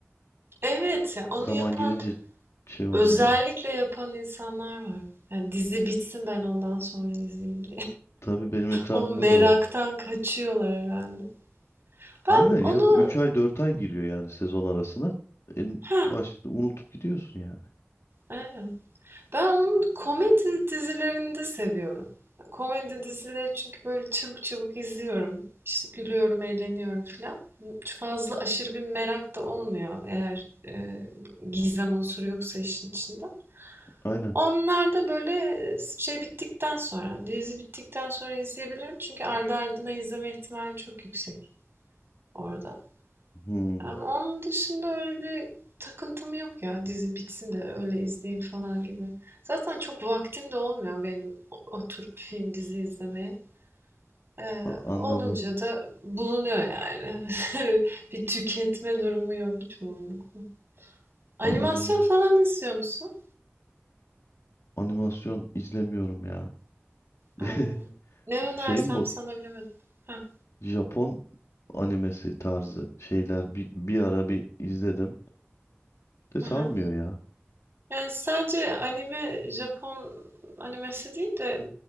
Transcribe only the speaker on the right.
Evet, ya onu
yapan,
özellikle
yapan insanlar var. Yani dizi bitsin ben ondan sonra izleyeyim
O meraktan
kaçıyorlar herhalde. Ben
onu
ha
evet. Ben onu komedi dizilerinde seviyorum. Komedi dizileri çünkü böyle çabuk çabuk izliyorum. İşte gülüyorum, eğleniyorum falan. Çok fazla aşırı bir merak da olmuyor eğer e, gizem unsuru yoksa işin içinde.
Onlar da böyle e, şey bittikten sonra, dizi bittikten sonra izleyebilirim. Çünkü ardı ardına izleme ihtimalim çok yüksek orada.
Ama onun dışında öyle bir takıntım yok ya. Dizi bitsin de öyle izleyeyim falan gibi. Zaten çok vaktim de olmuyor benim oturup film dizi izlemeye. Ee,
olunca
da bulunuyor yani. <laughs> Öyle bir tüketme durumu yok çoğunlukla. Animasyon
falan izliyor musun?
Aa, ne önersem
sana bilemedim. Ha,
ha,
ha.
Yani sadece anime, Japon animesi değil de